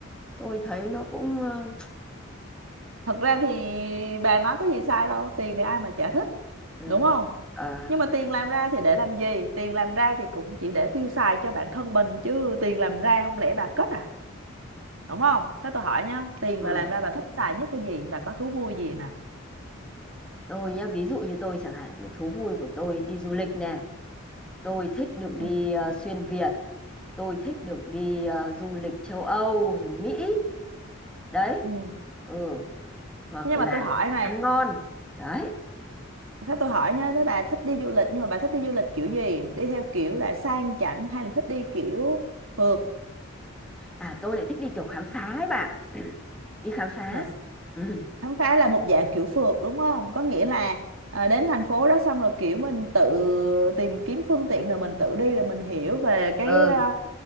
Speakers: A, in the centre; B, on the right (about 80°).
A: tôi thấy nó cũng ờ,
B: thật ra thì bà nói có gì sai đâu tiền thì ai mà chả thích
A: ờ,
B: đúng không
A: ờ,
B: nhưng mà tiền làm ra thì để làm gì tiền làm ra thì cũng chỉ để tiêu xài cho bản thân mình chứ tiền làm ra không lẽ bà cất à đúng không thế tôi hỏi nhá tiền
A: ừ.
B: bà làm ra bà thích xài nhất cái gì bà có thú vui gì nào
A: Tôi nhá, ví dụ như tôi chẳng hạn, thú vui của tôi đi du lịch này, tôi thích được đi
B: Ừ.
A: ờ, xuyên Việt, tôi thích được đi ờ, du lịch châu Âu rồi Mỹ. Đấy.
B: ừ.
A: Ừ, hoặc
B: Thế nhưng
A: là
B: mà tôi hỏi này
A: ăn ngon. Đấy.
B: thế tôi hỏi nhá thế bà thích đi du lịch nhưng mà bà thích đi du lịch kiểu gì đi theo kiểu là sang chảnh hay là thích đi kiểu phượt
A: À tôi lại thích đi kiểu khám phá ấy bạn. <clears throat> Đi khám phá.
B: là
A: Ừ,
B: khám phá là một dạng kiểu phượt đúng không có nghĩa là à, đến thành phố đó xong rồi kiểu mình tự tìm kiếm phương tiện rồi mình tự đi rồi mình hiểu về cái
A: ừ,
B: à,